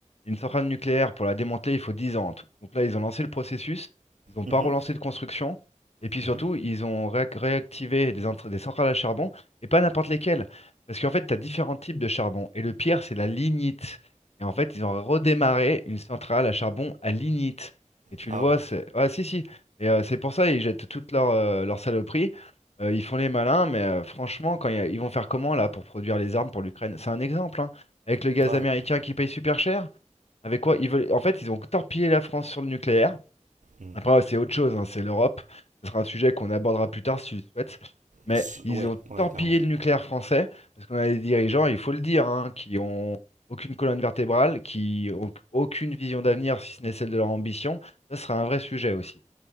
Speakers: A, on the left; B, on the right.
A: Une centrale nucléaire, pour la démanteler, il faut 10 ans en tout. Donc là, ils ont lancé le processus, ils n'ont pas
B: Mhm,
A: relancé de construction, et puis surtout,
B: mhm.
A: ils ont réac- réactivé des, int- des centrales à charbon, et pas n'importe lesquelles. Parce qu'en fait, tu as différents types de charbon, et le pire, c'est la lignite. Et en fait, ils ont redémarré une centrale à charbon à lignite. Et tu
B: Ah
A: le vois,
B: ouais.
A: c'est... Ouais, si, si. Et euh, c'est pour ça, ils jettent toutes leurs leur saloperies. Euh, ils font les malins, mais euh, franchement, quand il y a- ils vont faire comment là pour produire les armes pour l'Ukraine? C'est un exemple, hein. Avec le gaz
B: Ouais,
A: américain qui paye super cher. Avec quoi ils veulent... En fait, ils ont torpillé la France sur le nucléaire.
B: Mm.
A: Après, ouais, c'est autre chose, hein, c'est l'Europe. Ce sera un sujet qu'on abordera plus tard si tu le souhaites. Mais
B: S-
A: ils
B: ouais,
A: ont
B: ouais,
A: torpillé
B: carrément.
A: le nucléaire français parce qu'on a des dirigeants, il faut le dire, hein, qui ont aucune colonne vertébrale, qui ont aucune vision d'avenir si ce n'est celle de leur ambition. Ça sera un vrai sujet aussi.